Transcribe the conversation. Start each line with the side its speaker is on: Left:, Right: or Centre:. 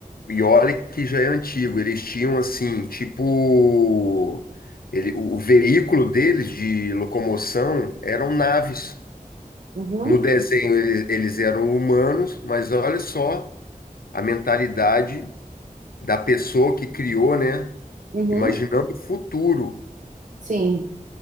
Left: e olha que já é antigo. Eles tinham assim, tipo, ele, o, o veículo deles de locomoção eram naves.
Right: Uhum,
Left: No desenho eles, eles eram humanos, mas olha só a mentalidade da pessoa que criou, né?
Right: uhum,
Left: Imaginando o futuro.
Right: sim,